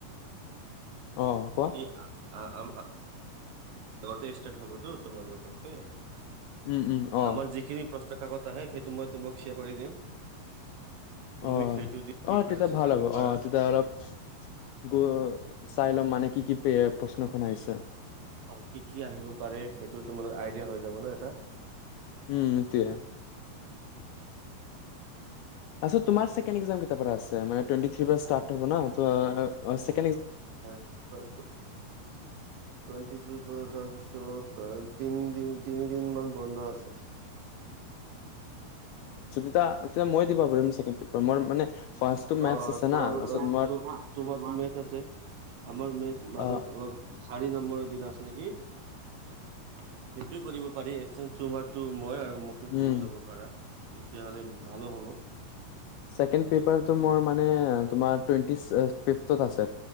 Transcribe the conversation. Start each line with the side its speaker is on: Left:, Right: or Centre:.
Left: অ' কোৱা
Right: এই আম আগতে ষ্টাৰ্ট হবতো তোমাৰ লগতকৈ
Left: উম, উম, অ',
Right: আমাৰ যিখিনি প্ৰশ্ন কাকত তাহে সেইটো মই তোমাক শ্বেয়াৰ কৰি দিম তুমি
Left: অ
Right: সেইটো দি প্ৰিপেৰেচন
Left: অ তেতিয়া ভাল
Right: কৰিব
Left: হ'ব
Right: পাৰা
Left: আহ তেতিয়া অলপ গ চাই ল'ম মানে কি কি প্ৰশ্নখন আহিছে
Right: অ কি কি আহিব পাৰে সেইটো তোমাৰো আইডিয়া হৈ যাব ন এটা
Left: উম সেইটোৱেই আস্থা তোমাৰ ছেকেণ্ডত এক জাম কেতিয়াৰ পৰা আছে তুৱেনটি থ্ৰীৰ পৰা ইছহ
Right: হয় টুৱেন্টি আৰ পৰা তাৰপিছত তিনি তিনিদিন মান বন্ধ আছে
Left: এ মই দিব পাৰিম ছেকেণ্ড পেপাৰ মই মানে ফাৰ্ষ্টটো মেথছ
Right: অ
Left: আছে
Right: তোমাৰোক
Left: না তাৰপিছত মোৰ
Right: তোমাৰ মেথ আছে আমাৰ মে মাজত
Left: অ
Right: অলপ চাৰি নম্বৰ দিনা আছে নেকি সেইটোয়ে কৰিব পাৰি এক্সচেঞ্জ টো মই আৰু মোৰ টো
Left: উম
Right: তুমি ল'ব পাৰা তেতিয়াহ'লে ভালো হ'ব
Left: ছেকেণ্ডত পেপাৰ টো মোৰ মানে তোমাৰ টুৱেন্টি ফিপত আছে